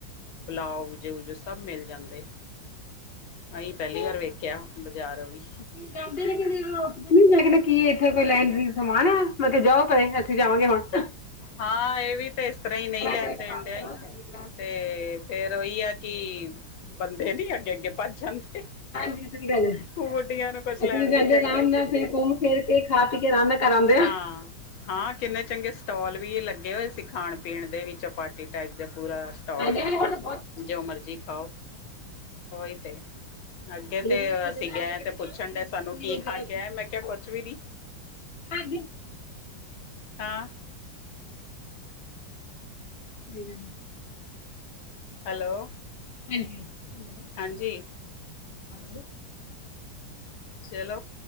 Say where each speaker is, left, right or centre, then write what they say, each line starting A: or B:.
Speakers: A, on the left (about 85°); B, on the left (about 45°).
A: ਬਲਾਉਜ ਜੋ- ਸਭ ਮਿਲ ਜਾਂਦੇ। ਆਹੀਂ ਪਹਿਲੀ ਵਾਰ ਵੇਖਿਆ, ਬਾਜ਼ਾਰ ਓ ਵੀ।
B: ਅਸੀ ਜਾਂਦੇ ਨੇ ਕਿ- ਕਹਿੰ ਕੀ ਇੱਥੇ ਕੋਈ ਲੈਣ ਦੀ ਸਮਾਨ ਆ ਲੋਕੀ ਜਾਓ ਪ ਅਸੀਂ ਜਾਵਾਂਗੇ ਹਾਂ।
A: ਹਾਂ ਇਹ ਵੀ ਤਾਂ ਇਸ ਤਰਾਂ ਹੀ ਨਹੀਂ ਲੈਣ
B: ਤੇ ਕੰਮ
A: ਦੇਣ ਡਿਆ
B: ਕਰੋ
A: ਹੀ ਨਾ।
B: ਚੰਗੀ ਤਰ੍ਹਾਂ
A: ਤੇ ਫੇਰ ਉਹੀ ਆ ਕਿ ਬੰਦੇ ਨੀ ਅੱਗੇ- ਅੱਗੇ ਭੱਜ ਜਾਂਦੇ।
B: ਹਾਂਜੀ ਕੀ ਗੱਲ ਐ
A: ਹੋਣ ਨਈ ਯਾਰਾ ਕੁਛ
B: ਅੱਸੀ
A: ਲੈਣ
B: ਵੀ ਜਾਂਦੇ,
A: ਨੀ ਦਿੰਦੇ
B: ਆਰਾਮ ਨਾਲ ਫਿਰ ਘੁੰਮ ਫਿਰ ਕੇ, ਖਾ ਪੀ ਕੇ ਆਰਾਮ ਨਾਲ ਘਾਰ ਆਉਂਦੇ
A: ਹਾਂ,
B: ਆਂ
A: ਹਾਂ ਕਿੰਨੇ ਚੰਗੇ ਸਟੋਲ ਵੀ ਲੱਗੇ ਹੋਏ ਸੀ ਖਾਣ ਪੀਣ ਦੇ ਵੀ ਚਪਾਟੀ ਟਾਈਕ ਦਾ ਪੂਰਾ ਸਟਾਲ,
B: ਹਾਂਜੀ ਹਾਂਜੀ ਹੁਣ ਤਾਂ ਬਹੁਤ
A: ਜੋ ਮਰਜ਼ੀ ਖਾਓ ਔ ਹੀ ਤੇ ਅੱਗੇ
B: ਲੋਕ
A: ਤੇ
B: ਨੀ ਰੁਕਦੇ
A: ਅਸੀਂ
B: ਨਾ
A: ਗਏ
B: ਇਹ ਕਹਿੰਦੇ
A: ਤੇ
B: ਜਾਓ
A: ਪੁੱਛਣ
B: ਤੁਸੀਂ
A: ਡਏ
B: ਕਿੰਨੀ
A: ਸਾਨੂੰ, ਕੀ
B: ਵਾਰ ਜਾਓ
A: ਖਾ ਕੇ ਆਯੇ ਮੈਂ ਕਿਹਾ ਕੁਛ ਵੀ ਨੀ
B: ਹਜੀ <inaudible>
A: ਹਾਂ
B: ਸਹੀ ਗੱਲ
A: ਹੈਲੋ
B: ਹਾਂਜੀ ਹੈਲੋ
A: ਹਾਂਜੀ
B: ਹੀ <inaudible>
A: ਚਲੋ